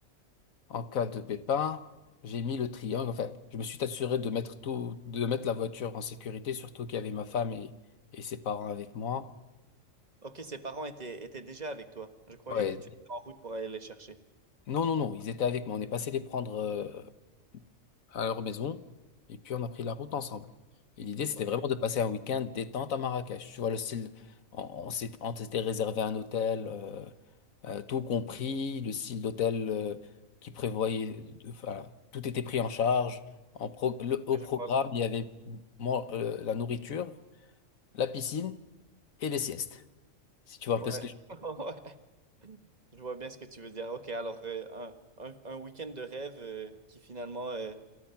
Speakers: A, on the left (about 80°); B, on the right (about 30°).
A: en cas de pépin. J'ai mis le triangle, enfin, je me suis assuré de mettre tout, de mettre la voiture en sécurité, surtout qu'il y avait ma femme et, et ses parents avec moi.
B: Ok, ses parents étaient, étaient déjà avec toi. Je croyais
A: Ouais.
B: que tu étais en route pour aller les chercher.
A: Non, non, non, ils étaient avec moi. On est passé les prendre euh, à leur maison et puis on a pris la route ensemble. Et l'idée, c'était
B: Ok,
A: vraiment de passer un week-end détente à Marrakech. Tu vois, le style, on, on s'est- on s'était réservé un hôtel, euh, euh, tout compris, le style d'hôtel euh, qui prévoyait, enfin, tout était pris en charge. En pro- le- au
B: je
A: programme,
B: crois.
A: il y avait man- euh, la nourriture, la piscine et les siestes, si tu vois
B: Ouais.
A: un peu ce que je...
B: <laughs> Ouais. Je vois bien ce que tu veux dire. Ok, alors euh, un, un, un week-end de rêve euh, qui finalement, euh,